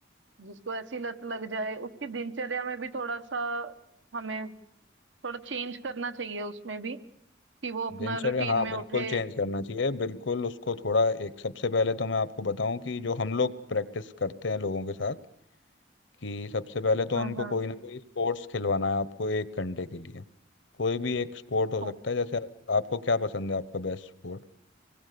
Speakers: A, on the right (about 75°); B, on the left (about 75°).
A: जिसको ऐसी लत लग जाए उसकी दिनचर्या में भी थोड़ा सा हमें थोड़ा चेंज करना चाहिए उसमें भी कि वो अपना
B: दिनचर्या
A: रूटीन
B: हाँ
A: में
B: बिल्कुल
A: उठे
B: चेंज करना चाहिए बिल्कुल उसको थोड़ा एक सबसे पहले तो मैं आपको बताऊं कि जो हम लोग प्रैक्टिस करते हैं लोगों के साथ कि सबसे पहले तो
A: हाँ
B: उनको
A: हाँ
B: कोई ना कोई स्पोर्ट्स खिलवाना है आपको एक घंटे के लिए कोई भी एक स्पोर्ट हो
A: ओ,
B: सकता है जैसे आप, आपको क्या पसंद है आपका बेस्ट स्पोर्ट